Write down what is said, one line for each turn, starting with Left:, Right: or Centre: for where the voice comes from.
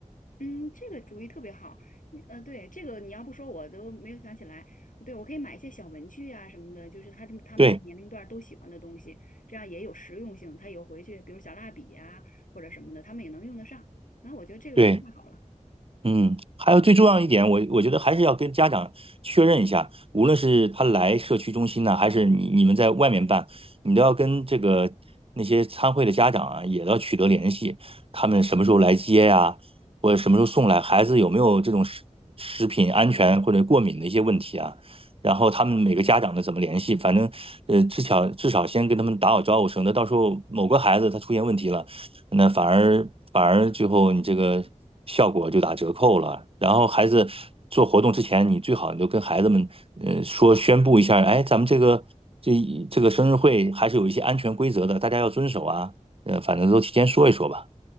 Left: 嗯，这个主意特别好。你呃，对，这个你要不说我都没有想起来。对，我可以买一些小文具啊什么的，就是他这他们这个年龄段儿都喜欢的东西，
Right: 对
Left: 这样也有实用性。他有回去，比如小蜡笔呀、或者什么的，他们也能用得上。然后我觉得这个主意太好了。
Right: 对。嗯，还有最重要一点，我我觉得还是要跟家长确认一下，无论是他来社区中心呢，还是你你们在外面办，你都要跟这个那些参会的家长啊，也要取得联系，他们什么时候来接呀，或者什么时候送来，孩子有没有这种食食品安全或者过敏的一些问题啊？然后他们每个家长的怎么联系，反正呃，至少至少先跟他们打好招呼，省得到时候某个孩子他出现问题了。那反而反而最后你这个效果就打折扣了。然后孩子做活动之前，你最好你就跟孩子们呃说宣布一下，哎，咱们这个这这个生日会还是有一些安全规则的，大家要遵守啊。呃，反正都提前说一说吧，